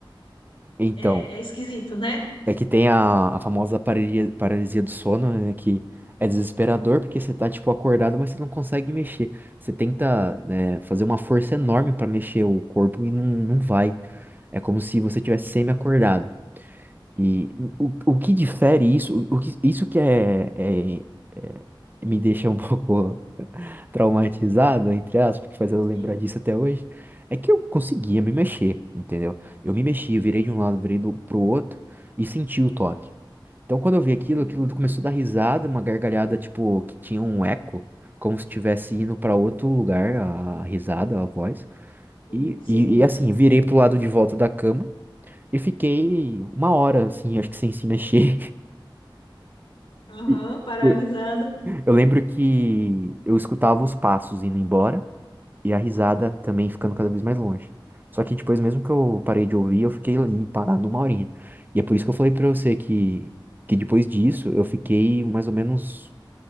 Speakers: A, on the right (about 20°); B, on the left (about 85°).
A: Então,
B: é é esquisito, né?
A: é que tem a, a famosa paralisia, paralisia do sono, né? Que é desesperador porque você tá, tipo, acordado, mas você não consegue mexer. Você tenta, né, fazer uma força enorme pra mexer o corpo e não, não vai. É como se você tivesse semi-acordado. E o, o que difere isso, o, o que, isso que é, é- é- me deixa um <laughs> pouco traumatizado, entre aspas, que faz ela lembrar
B: Sim,
A: disso até hoje, é que eu conseguia me mexer, entendeu? Eu me mexi, eu virei de um lado, virei do, pro outro e senti o toque. Então, quando eu vi aquilo,
B: sim.
A: aquilo começou a dar risada, uma gargalhada, tipo, que tinha um eco, como se estivesse indo para outro lugar, a risada, a voz.
B: Sim,
A: E,
B: sim.
A: e, e assim, virei pro lado de volta da cama e fiquei uma hora, assim, acho que sem se mexer. <laughs>
B: Aham,
A: E
B: paralisado.
A: Eu eu lembro que eu escutava os passos indo embora. E a risada também ficando cada vez mais longe. Só que depois, mesmo que eu parei de ouvir, eu fiquei ali parado uma horinha. E é por isso que eu falei pra você que, que depois disso eu fiquei mais ou menos,